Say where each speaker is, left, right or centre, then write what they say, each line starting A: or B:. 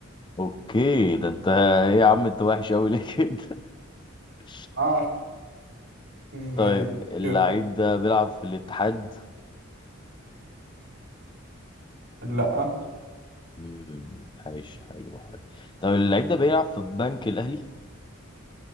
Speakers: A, on the left; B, on the right.
A: اوكي ده انت <laughs> ايه يا عم انت وحش قوي ليه كده <laughs>
B: اه يعني
A: طيب اللعيب
B: كده
A: ده بيلعب في الاتحاد
B: لا
A: مم، ماشي حلو حلو طب اللعيب ده بيلعب في البنك الاهلي